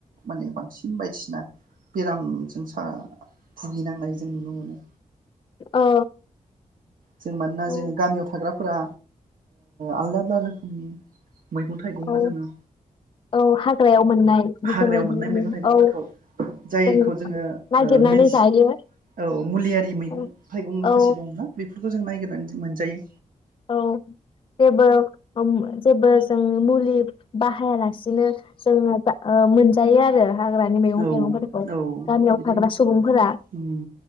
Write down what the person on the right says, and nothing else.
माने बांसिन बायदिसिना बेरामजों सा भुगिनांनाय जों नुनो मोनो।
जों मानोना
जों गामियाव थाग्रा। फोरा आलदा आलदा रोखोमनि। मैगं थाइगंबो
जोङो
हाग्रायाव मोननाय मैगं थाइगंफोरखौ
जायखौ
जोङो
मिदिसि
औ मुलियारि मैगं
थाइगं माखासे।
दंना बे। बेफोरखौ जों नायगिरनानै मोनजायो।
औ
औ
बिदि
उम